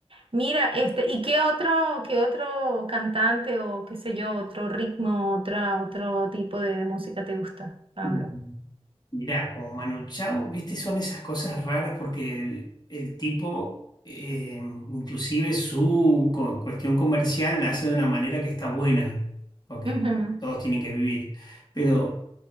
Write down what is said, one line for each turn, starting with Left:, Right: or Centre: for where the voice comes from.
Right: Mira, este, ¿y qué otro, qué otro cantante o qué sé yo, otro ritmo, otra, otro tipo de, de música te gusta, Pablo?
Left: Y Mirá, con Manu Chao, viste, son esas cosas raras porque el, el tipo, eh, inclusive su co- cuestión comercial la hace de una manera que está buena, porque
Right: Ujú,
Left: todos tienen que vivir. Pero